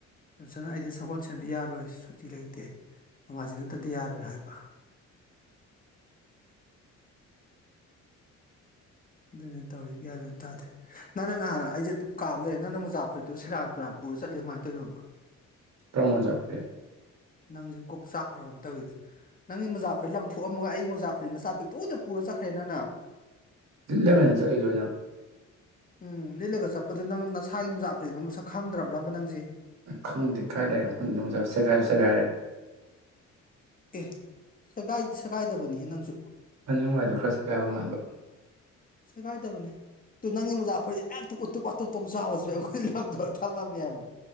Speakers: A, on the left; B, on the right.
A: ꯖꯟꯁꯟꯅ ꯑꯩꯗꯤ ꯁꯒꯣꯜꯁꯦꯟꯗꯤ ꯌꯥꯔꯣꯏ ꯁꯨꯇꯤ ꯂꯩꯇꯦ ꯅꯣꯡꯃꯥꯏꯖꯤꯡ ꯅꯠꯇꯗꯤ ꯌꯥꯔꯣꯏ ꯍꯥꯏꯕ ꯑꯗꯨꯅ‌ꯦ ꯇꯧꯔꯤꯁ‌ꯦ ꯒ꯭ꯌꯥꯟ ꯑꯝ ꯇꯥꯗꯦ ꯅꯪꯅ ꯅꯍꯥꯟ ꯑꯩꯁꯦ ꯑꯗꯨꯝ ꯀꯥꯞ ꯂꯩꯔꯦ ꯅꯪꯅ ꯃꯣꯖꯥ ꯐꯨꯔꯤꯠꯇꯣ ꯁꯦꯔꯥꯟ ꯇꯨꯔꯥꯟ ꯄꯨꯔ ꯆꯠꯂꯦ ꯀꯃꯥꯏꯅ ꯇꯧꯅꯣꯕ
B: ꯀꯔꯝꯕ ꯃ‌ꯣꯖꯥꯐꯨꯔꯤꯠ
A: ꯅꯪꯁꯨ ꯀꯣꯛ ꯆꯥꯛꯄ꯭ꯔꯥ ꯀꯩꯅ‌ꯣꯝ ꯇꯧꯏꯗ ꯅꯪꯒꯤ ꯃꯣꯖꯥꯐꯨꯔꯤꯠ ꯂꯪꯊꯣꯛꯑꯝꯃꯒ ꯑꯩꯒꯤ ꯃꯣꯖꯥꯐꯨꯔꯤ ꯃꯆꯥ ꯄꯦꯛꯇ꯭ꯔꯨꯗꯨ ꯄꯨꯔ ꯆꯠꯈ꯭ꯔꯦ ꯅꯪꯅ
B: ꯂꯤꯠꯂꯒꯅ ꯆꯠꯂꯤꯗ‌ꯣ ꯑꯩꯅ
A: ꯎꯝ ꯂꯤꯠꯂꯒ ꯆꯠꯄꯗ ꯅꯪ ꯅꯁꯥꯒꯤ ꯃꯖꯆꯥ ꯄꯨꯔꯤꯕꯕ ꯃꯁꯛ ꯈꯪꯗ꯭ꯔꯕ꯭ꯔꯕ ꯅꯪꯁꯤ
B: ꯈꯪꯗꯦ ꯀꯥꯏ ꯂꯩꯔꯦ ꯈꯪꯗꯦꯅꯨꯡꯖꯕ ꯁꯦꯒꯥꯏꯕ ꯁꯦꯒꯥꯏꯔꯦ
A: ꯑꯦ ꯁꯒꯥꯏꯗꯤ ꯁꯒꯥꯏꯗꯕꯅꯤꯍꯦ ꯅꯪꯁꯨ
B: ꯃꯥꯅꯤꯡꯋꯥꯏꯗꯣ ꯈꯔ ꯁ‌ꯦꯒꯥꯏꯕ ꯃꯥꯟꯕ
A: ꯁꯦꯒꯥꯏꯗꯕꯅꯤ ꯇꯨ ꯅꯒꯤ ꯃꯣꯖꯥꯐꯨꯔꯤꯠ <unintelligible> ꯇꯨꯛ ꯑꯇꯨꯛ ꯋꯥꯇꯨꯞ‌ꯇꯨꯡ ꯆꯥꯎꯥꯎꯕꯁꯤ ꯑꯩꯈꯣꯏ ꯊꯕꯂꯛꯅꯦꯕ